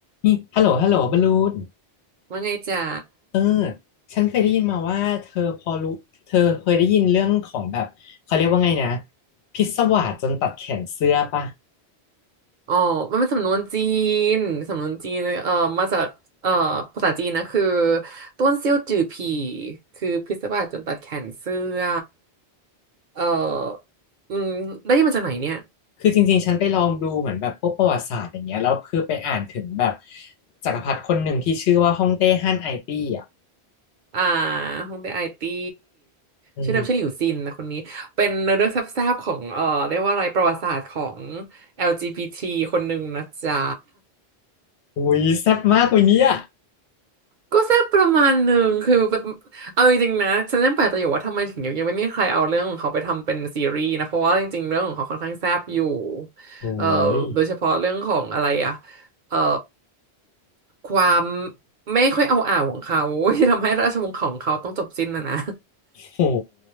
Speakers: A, on the left; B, on the right.
A: นี่ฮัลโหลฮัลโหลบลูน
B: ว่าไงจ๋า
A: เออฉันเคยได้ยินมาว่าเธอพอรู้เธอเคยได้ยินเรื่องของแบบเขาเรียกว่าไงนะพิศวาสจนตัดแขนเสื้อปะ
B: อ๋อมันเป็นสำนวนจีน สำนวนจีนเอ่อมาจากเอ่อภาษาจีนนะคือต้วนเซี่ยวจื่อผีคือพิศวาสจนตัดแขนเสื้อ เอ่ออืม ได้ยินมาจากไหนเนี่ย
A: คือจริงๆฉันไปลองดูเหมือนแบบพวกประวัติศาสตร์อย่างเงี้ยแล้วคือไปอ่านถึงแบบจักรพรรดิคนหนึ่งที่ชื่อว่าฮ่องเต้ฮั่นไอตี้อ่ะ
B: อ่าฮงเดไอตี้
A: อืม
B: ชื่อเดิมชื่อหลิวซินนะคนนี้ เป็นเนื้อเรื่องแซ่บๆของเอ่อเรียกว่าอะไรประวัติศาสตร์ของ LGBT คนหนึ่งนะจ๊ะ
A: อุ้ยแซ่บมากวันเนี้ย
B: ก็แซ่บประมาณหนึ่งคือแบบเอาจริงๆนะฉันยังแปลกใจอยู่ว่าทำไมถึงยังยังไม่มีใครเอาเรื่องของเขาไปทำเป็นซีรีส์นะเพราะว่าจริงๆเรื่องของเขาค่อนข้างแซ่บอยู่
A: โอ้
B: เอ่อ
A: ย
B: โดยเฉพาะเรื่องของอะไรอะเอ่อความไม่ค่อยเอาอ่าวของเขา <laughs> ที่ทำให้ราชวงศ์ของเขาต้องจบสิ้นนะนะ
A: โห